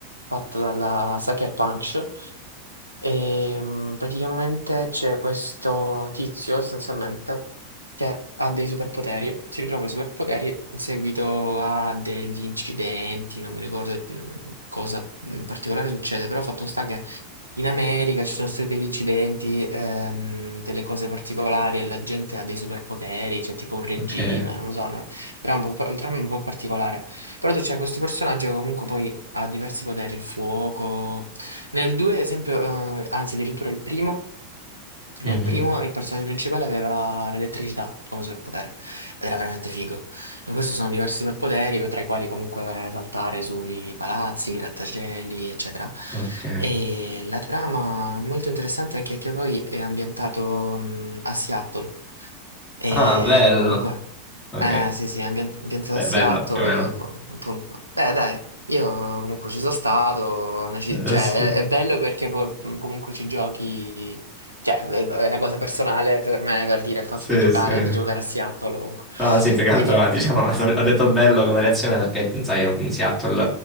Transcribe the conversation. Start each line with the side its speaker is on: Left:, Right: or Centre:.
Right: fatta dalla Sucker Punch. E mm, praticamente c'è questo tizio, essenzialmente, che ha dei superpoteri, si ritrova i superpoteri in seguito a degli incidenti, non mi ricordo mm, cosa in particolare succede, però fatto sta che in America ci sono stati degli incidenti, ehm, delle cose particolari e la gente ha dei superpoteri, c'è tipo un regime,
Centre: ok,
Right: non lo so, no? Però è un po', par- il dramma è un po' particolare. Però tu c'è questo personaggio che comunque poi ha diversi poteri, il fuoco. Nel 2, ad esempio, eh, anzi addirittura il primo, nel
Centre: mhm,
Right: primo il personaggio principale aveva l'elettricità come superpotere ed era veramente figo. E questi sono diversi superpoteri, tra i quali comunque saltare sui palazzi, i grattacieli, eccetera.
Centre: ok.
Right: E la trama è molto interessante anche perché poi è ambientato mh, a Seattle, e
Centre: Ah, bello.
Right: dove comunque
Centre: Ok,
Right: eh, sì, sì, ambien- ambientato
Centre: è
Right: a Seattle,
Centre: bello più o meno.
Right: co- appunto. Beh, dai, io comunque ci sono stato, è una ci-
Centre: Eh,
Right: cioè,
Centre: sì,
Right: è, è bello perché poi, mh, comunque ci giochi, cioè, è è una cosa personale per me, per dire, il fatto
Centre: sì,
Right: di giocare,
Centre: sì.
Right: di giocare a Seattle, comunque.
Centre: No, sì, più che altro,
Right: E niente.
Centre: diciamo, <laughs> ho detto bello come reazione perché, sai, io in Seattle